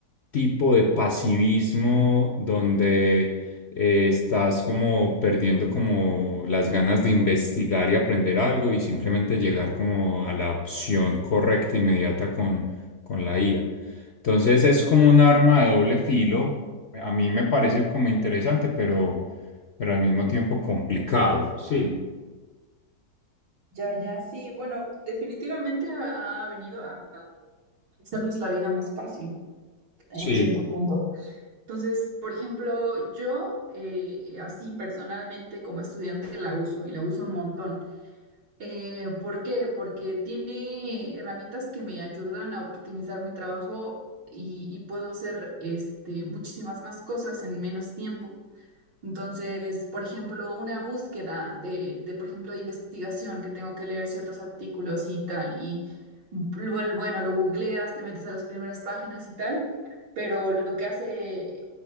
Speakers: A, on the left; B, on the right.
A: tipo de pasivismo donde eh, estás como perdiendo como las ganas de investigar y aprender algo y simplemente llegar como a la opción correcta inmediata con, con la IA. Entonces es como un arma de doble filo. A mí me parece como interesante, pero, pero al mismo tiempo complicado. sí
B: Ya, ya, sí, bueno, definitivamente ha, ha venido a a hacernos la vida más fácil en
A: Sí.
B: cierto punto. Entonces, por ejemplo, yo eh, eh, así personalmente como estudiante la uso y la uso un montón. Eh, ¿por qué? Porque tiene herramientas que me ayudan a optimizar mi trabajo y, y puedo hacer este, muchísimas más cosas en menos tiempo. Entonces, por ejemplo, una búsqueda de, de, por ejemplo, de investigación, que tengo que leer ciertos artículos y tal, y bu- bueno, lo googleas, te metes a las primeras páginas y tal, pero lo que hace